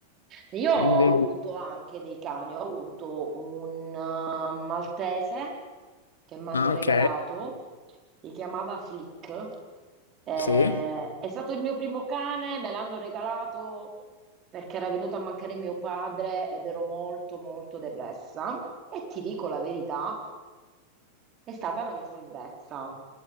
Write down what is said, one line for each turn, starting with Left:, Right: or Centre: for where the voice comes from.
Right: Io
Left: quindi.
Right: ho avuto anche dei cani, ho avuto un eh, maltese che mi hanno
Left: Ah,
Right: regalato,
Left: ok,
Right: si chiamava Flick. Eh,
Left: sì.
Right: è stato il mio primo cane, me l'hanno regalato perché era venuto a mancare mio padre ed ero molto molto depressa. E ti dico la verità, è stata la mia salvezza.